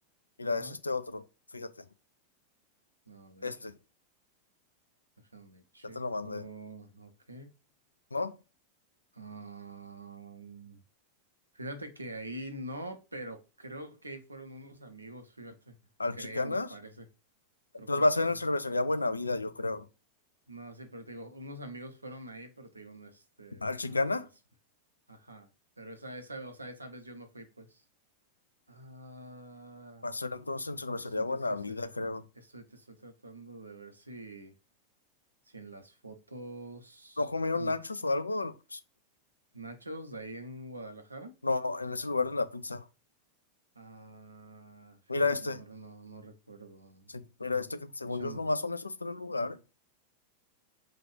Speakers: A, on the left; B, on the right.
A: Mira,
B: Ajá.
A: es este otro. Fíjate.
B: A ver,
A: Este.
B: déjame checo.
A: Ya te lo mandé.
B: Ok.
A: ¿No?
B: Ah, fíjate que ahí no, pero creo que ahí fueron unos amigos, fíjate.
A: Al
B: Creo,
A: Chicanas.
B: me parece. Creo
A: Entonces
B: que
A: va
B: sí.
A: a ser en Cervecería Buena Vida, yo creo.
B: No, sí, pero te digo, unos amigos fueron ahí, pero te digo, no, este,
A: Al
B: a
A: Chicana
B: ver. Ajá. Pero esa, esa, o sea, esa vez yo no fui, pues. Ah,
A: va a ser entonces en Cervecería
B: estoy, te-
A: Buena
B: estoy, estoy,
A: Vida,
B: estoy,
A: creo.
B: estoy- te estoy tratando de ver si, si en las fotos
A: ¿No comieron
B: mm,
A: nachos o algo?
B: Nachos de ahí en Guadalajara.
A: No, en ese lugar de la pizza.
B: Ah, fíjate
A: Mira este.
B: que no, no, no recuerdo.
A: Sí, mira este que según
B: De hecho,
A: yo
B: no.
A: nomás son esos tres lugares.